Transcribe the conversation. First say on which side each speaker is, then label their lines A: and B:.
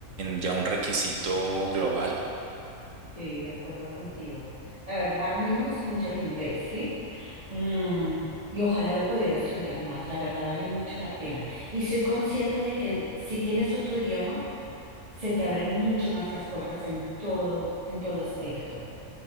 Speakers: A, on the right; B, on the right.
A: ya un requisito global.
B: sí, de acuerdo contigo. La verdad, a mí me gusta mucho el inglés, ¿sí? Mm, y ojalá lo pudiera estudiar más, la verdad vale mucho la pena. Y soy consciente de que en- si tienes otro idioma, se te abren mucho más las puertas en todo, en todo aspecto.